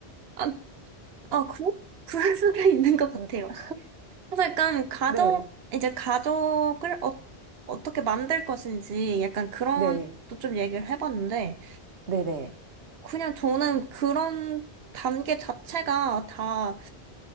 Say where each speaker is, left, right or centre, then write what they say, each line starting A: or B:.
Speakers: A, on the right; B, on the right.
A: 아, 아, 그, 그럴 수도 있는 것
B: <laughs>
A: 같아요. 그래서 약간 가족,
B: 네,
A: 이제 가족을 어, 어떻게 만들 것인지 약간 그런
B: 네,
A: 것도 좀 얘기를 해봤는데,
B: 네, 네,
A: 그냥 저는 그런 단계 자체가 다